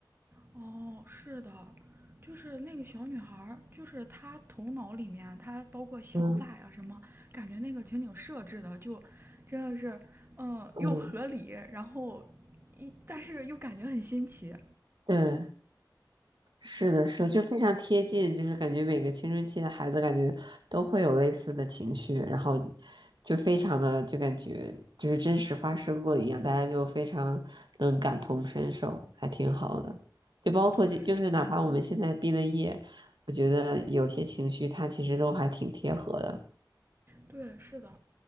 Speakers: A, on the right; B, on the right.
A: 哦，是的，就是那个小女孩儿，就是她头脑里面，她包括想法呀什么，
B: 嗯
A: 感觉那个情景设置的就真的是，嗯，
B: 嗯，
A: 又合理，然后一但是又感觉很新奇。
B: 对。是的，是的，就非常贴近，就是感觉每个青春期的孩子感觉都会有类似的情绪，然后就非常的就感觉就是真实发生过一样，大家就非常能感同身受，还挺好的。就包括就就是哪怕我们现在毕了业，
A: 对，
B: 我觉得有些情绪它其实都还挺贴合的。
A: 对，是的，